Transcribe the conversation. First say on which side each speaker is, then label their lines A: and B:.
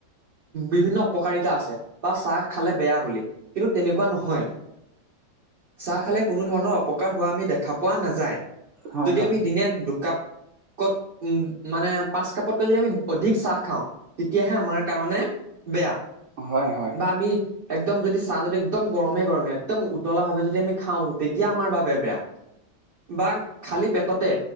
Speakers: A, on the right; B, on the right.
A: বিভিন্ন। অপকাৰিতা আছে বা চাহ খালে বেয়া বুলি কিন্তু তেনেকুৱা নহয়। চাহ খালে কোনো ধৰণৰ অপকাৰ হোৱা আমি দেখা পোৱা নাযায়
B: হয়
A: যদি
B: হয় হয়
A: আমি দিনে দুকাপ। কত উম মানে পাঁচ কাপতকৈ যদি আমি অধিক চাহ খাওঁ। তেতিয়াহে আমাৰ কাৰণে বেয়া।
B: হয় হয়।
A: বা আমি। একদম যদি চাহ যদি একদম গৰমে গৰমে একদম উতলা ভাৱে যদি আমি খাওঁ তেতিয়া আমাৰ বাবে বেয়া। বা খালি পেটতে।